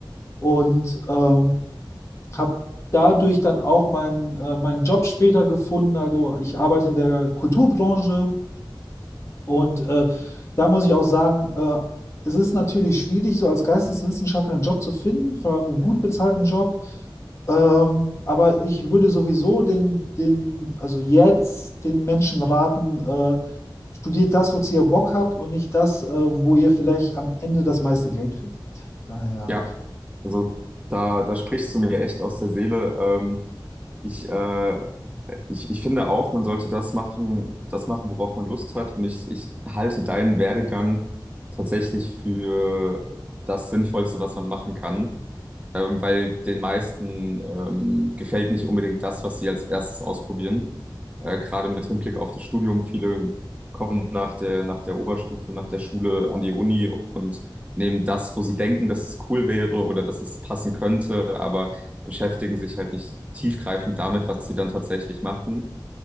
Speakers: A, on the left; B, on the right.
A: und ähm, habe dadurch dann auch meinen äh, meinen Job später gefunden. Also ich arbeite in der Kulturbranche und äh, da muss ich auch sagen, äh, es ist natürlich schwierig, so als Geisteswissenschaftler einen Job zu finden, vor allem einen gut bezahlten Job. Ähm, aber ich würde sowieso den, den, also jetzt den Menschen raten, äh, studiert das, wozu ihr Bock habt und nicht das, äh, wo ihr vielleicht am Ende das meiste Geld verdient. Daher.
B: Ja, also da, da sprichst du mir echt aus der Seele. Ähm, ich, äh, ich, ich finde auch, man sollte das machen, das machen, worauf man Lust hat. Und ich, ich halte deinen Werdegang tatsächlich für das Sinnvollste, was man machen kann. Ähm, weil den meisten ähm, gefällt nicht unbedingt das, was sie als erstes ausprobieren. Äh, gerade mit Hinblick auf das Studium. Viele kommen nach der, nach der Oberstufe, nach der Schule an die Uni und nehmen das, wo sie denken, dass es cool wäre oder dass es passen könnte, aber beschäftigen sich halt nicht tiefgreifend damit, was sie dann tatsächlich machen.